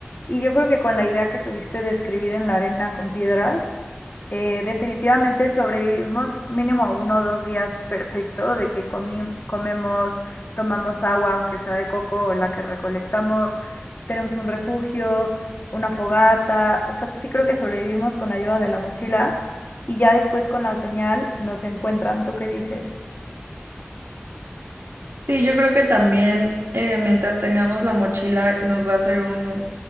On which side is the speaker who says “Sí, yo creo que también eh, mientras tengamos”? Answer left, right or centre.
Right